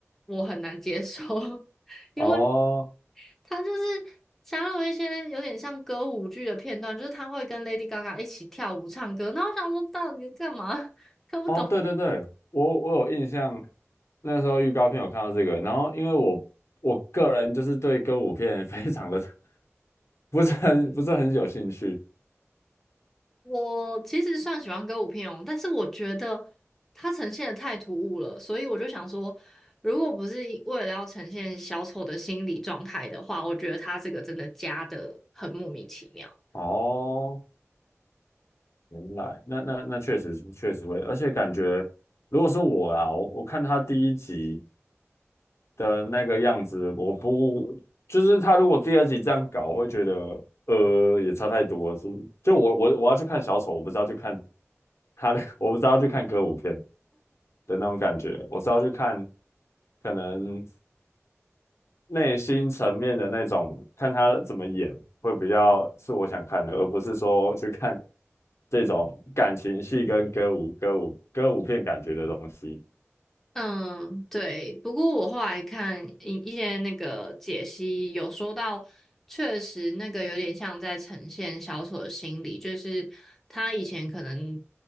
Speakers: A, in the centre; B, on the left.
A: 我很难接受。<laughs> 因为
B: 哦
A: 他就是加入一些有点像歌舞剧的片段，就是他会跟 Lady Gaga 一起跳舞唱歌。那我想说，到底干嘛？<laughs> 看不懂。
B: 哦，对对对，我我有印象，那时候预告片有看到这个，然后因为我我个人就是对歌舞片 <laughs> 非常的 <laughs> 不是很不是很有兴趣。
A: 我其实算喜欢歌舞片哦，但是我觉得它呈现的太突兀了，所以我就想说，如果不是一为了要呈现小丑的心理状态的话，我觉得他这个真的加的很莫名其妙。
B: 哦，原来那那那确实是确实会，而且感觉如果是我啊，我我看他第一集。的那个样子，我不就是他如果第二集这样搞，我会觉得呃也差太多了，是就我我我要去看小丑，我不是要去看他的，<laughs> 我不是要去看歌舞片的那种感觉，我是要去看可能内心层面的那种，看他怎么演会比较是我想看的，而不是说去看这种感情戏跟歌舞歌舞歌舞片感觉的东西。
A: 嗯，对。不过我后来看一一些那个解析，有说到，确实那个有点像在呈现小丑的心理，就是他以前可能